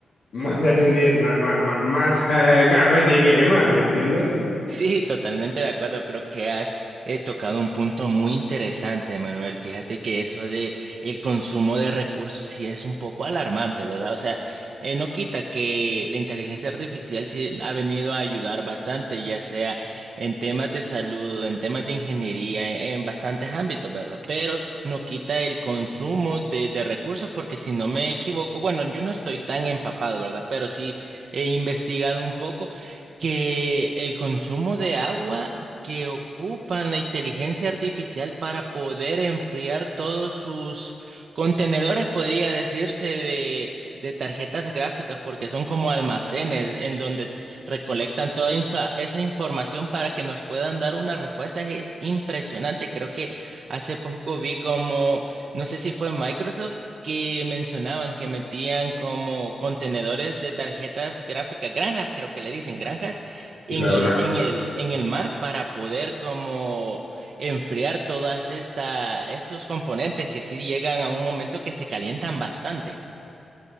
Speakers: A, on the left; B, on the right.
A: más, dependiente, más, más, más eh, garrete hay que quemar, ¿me entiendes?
B: Sí, totalmente de acuerdo. Creo que has eh, tocado un punto muy interesante, Manuel. Fíjate que eso de el consumo de recursos sí es un poco alarmante, ¿verdad? O sea, eh, no quita que la inteligencia artificial sí ha venido a ayudar bastante, ya sea en temas de salud, en temas de ingeniería, en, en bastantes ámbitos, ¿verdad? Pero no quita el consumo de, de recursos, porque si no me equivoco, bueno, yo no estoy tan empapado, ¿verdad? Pero sí he investigado un poco que el consumo de agua que ocupan la inteligencia artificial para poder enfriar todos sus contenedores, podría decirse, de, de tarjetas gráficas, porque son como almacenes en donde recolectan toda insa- esa información para que nos puedan dar una respuesta. Es impresionante. Creo que hace poco vi como, no sé si fue Microsoft, que mencionaban que metían como contenedores de tarjetas gráficas, granjas, creo que le dicen granjas, en
A: Y claro,
B: el,
A: gran
B: en el, en el mar para poder como enfriar todas esta, estos componentes que sí llegan a un momento que se calientan bastante.